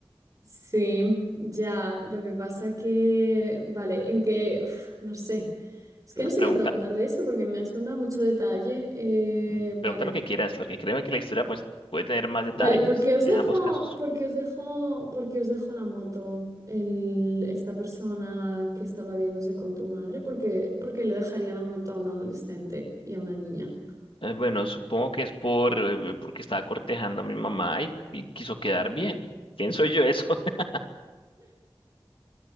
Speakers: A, on the right (about 40°); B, on the left (about 70°).
A: Sí, ya, lo que pasa que, vale, en que, uf, no sé, es
B: pero
A: que no
B: pregunta,
A: sé qué preguntar de eso porque me has contado mucho detalle, eh,
B: Mm,
A: vale,
B: Pregunta lo que quieras, porque créeme que la historia pues, puede tener más detalles
A: vale, porque os
B: en
A: dejo,
B: ambos casos.
A: porque os dejo, porque os dejo la moto, el, esta persona que estaba viéndose con tu madre, porque, porque le dejaría la moto a un adolescente y a una niña,
B: Eh, bueno, supongo que es por eh, porque estaba cortejando a mi mamá y, y quiso quedar bien. ¿Quién soy yo eso? <laughs>